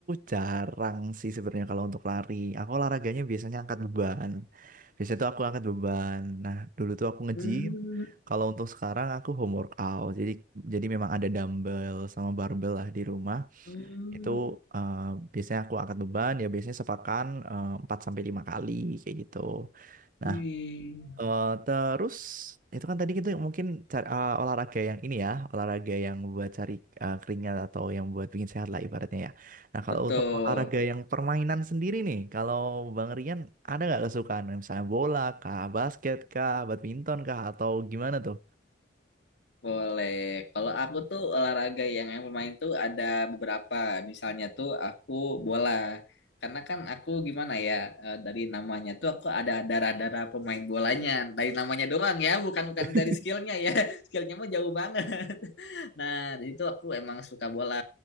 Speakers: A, on the right; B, on the left.
A: jarang sih sebenarnya kalau untuk lari. Aku olahraganya biasanya angkat beban. Biasanya tuh aku angkat beban. Nah, dulu tuh aku nge-gym.
B: Hmm,
A: Kalau untuk sekarang aku home workout. Jadi jadi memang ada dumbbell sama barbell lah di rumah.
B: hmm,
A: Itu eh, biasanya aku angkat beban ya biasanya sepakan eh, 4 sampai 5 kali kayak gitu.
B: wih.
A: Nah, Eh, terus itu kan tadi kita mungkin cari, eh, olahraga yang ini ya, olahraga yang buat cari eh, keringat atau yang buat bikin sehat lah ibaratnya ya. Nah kalau
B: Betul.
A: untuk olahraga yang permainan sendiri nih, kalau Bang Rian ada nggak kesukaan misalnya bola kah, basket kah, badminton kah, atau gimana tuh?
B: Boleh. Kalau aku tuh olahraga yang yang bermain tuh ada beberapa. Misalnya tuh aku bola. Karena kan aku gimana ya eh, dari namanya tuh aku ada darah-darah pemain bolanya. Dari namanya doang ya, bukan bukan
A: <laughs>
B: dari skillnya ya. <laughs> Skillnya mah jauh banget. Nah, dari itu aku emang suka bola.